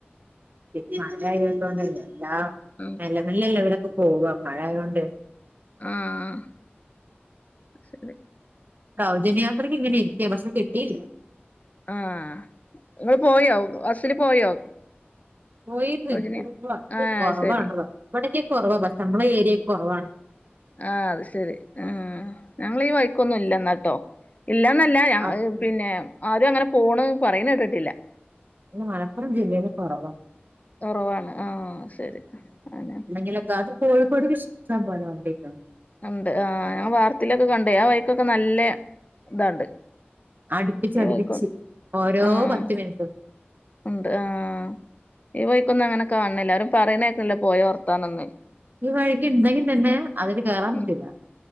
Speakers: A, on the right (about 50°); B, on the left (about 40°).
A: പിന്നെ മഴ ആയത് കൊണ്ടല്ലെ എല്ലാ
B: ഉം
A: നല്ല നല്ലല്ല അവരക്കെ പോവ മഴ ആയതോണ്ട്
B: ആഹ് ആഹ് ശെരി
A: സൗജന്യയാത്രക്ക് ഇങ്ങനെ ഇരിക്ക ബസ് കിട്ടീല്ല
B: ആഹ് ങ്ങെൾ പോയോ ഹോസ്റ്റലിൽ പോയോ?
A: പോയിര്ന്ന്
B: സൗജന്യ
A: ഇത് ബസ്
B: ആഹ്
A: കൊറവാണ്
B: ശരി
A: ഇവിടൊക്ക കൊറവാ ബസ് നമ്മടെ ഏരിയെ കുറവാണ്
B: ആ അത് ശെരി ഉം ഞങ്ങളീ വൈക്കൊന്നും ഇല്ല എന്നാട്ടോ ഇല്ലന്നല്ല ഞ
A: അത്
B: പിന്നെ ആരും അങ്ങനെ പോണേ പറീന്നേകേട്ടിട്ടില്ല
A: മലപ്പുറം ജില്ലയിൽ കുറവാ
B: ഉറവാണ് ആഹ് ശെരി അനെ
A: ഉണ്ടെങ്കിലൊക്കെ അത് കോഴിക്കോട് ഇഷ്ട്ടം പോല വണ്ടിയായ്ക്ക്ണ്
B: ഉണ്ട് ആഹ് ആ വാർത്തയിലൊക്കെ കണ്ടേ ആ വൈക്കൊക്കെ നല്ല ഇതാണ്ട്
A: അടുപ്പിച്ചടുപ്പിച്ച്
B: ഈ വഴിക്ക്
A: ഓരോ
B: ആഹ്
A: പത്ത് മിനിറ്റും
B: ഉണ്ട് ആഹ് ഈ വയിക്കൊന്നും അങ്ങനെ കാണ്ന്നില്ല എല്ലാരും പറയുന്നേക്കണില്ല പോയ വർത്താൻന്ന്
A: ഈ വഴിക്ക് ഉണ്ടെങ്കിൽ തന്നെ അതില് കേറാൻ
B: ഉം
A: പറ്റൂല്ല